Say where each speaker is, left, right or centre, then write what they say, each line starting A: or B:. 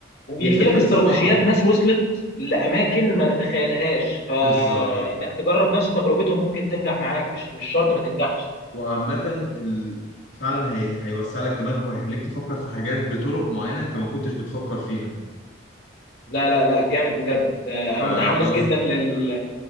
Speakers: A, on the left; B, on the left.
A: وبيحكي
B: بيخليك
A: لك استراتيجيات
B: انسان اقوى
A: ناس وصلت لاماكن ما نتخيلهاش فانك
B: بالظبط
A: تجرب نفس تجربتهم ممكن تنجح معاك مش مش شرط
B: و-
A: ما تنجحش
B: وعامه ال... فعلا هي... هيوسع لك دماغك وهيخليك تفكر في حاجات بطرق معينه انت ما كنتش بتفكر فيها
A: لا لا لا جامد بجد آه، انا
B: فانا
A: متحمس جدا لل